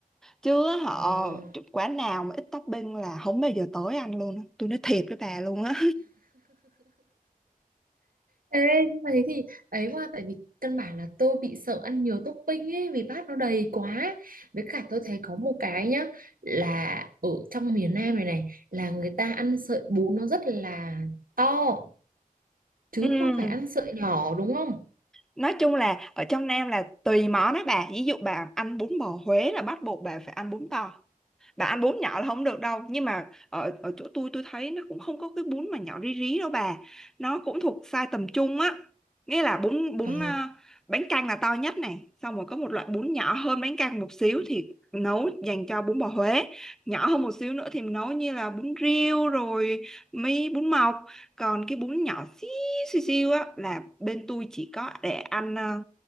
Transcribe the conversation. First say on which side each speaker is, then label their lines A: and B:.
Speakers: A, in the centre; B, on the right.
A: Chứ họ
B: Ờ.
A: quán nào mà ít topping là không bao giờ tới ăn luôn á. Tôi nói thiệt với bà luôn á
B: Ê, nhưng mà thế thì ấy quá tại vì căn bản là tôi bị sợ ăn nhiều topping ấy vì bát nó đầy quá với cả tôi thấy có một cái nhá là ở trong miền Nam này này là người ta ăn sợi bún nó rất là to chứ
A: <laughs> Ừ.
B: không phải ăn sợi nhỏ đúng không
A: nói chung là ở trong Nam là tùy món đó bà ví dụ bà ăn bún bò Huế là bắt buộc bà phải ăn bún bò bà ăn bún nhỏ là không được đâu nhưng mà ở ở chỗ tôi tôi thấy nó cũng không có cái bún mà nhỏ rí rí đâu bà nó cũng thuộc size tầm trung á nghĩa là bún bún
B: ờ
A: à, bánh canh là to nhất này xong rồi có một loại bún nhỏ hơn bánh canh một xíu thì nấu dành cho bún bò Huế nhỏ hơn một xíu nữa thì mình nấu như là bún riêu rồi mấy bún mọc còn cái bún nhỏ xíu xíu xíu á là bên tôi chỉ có để ăn à,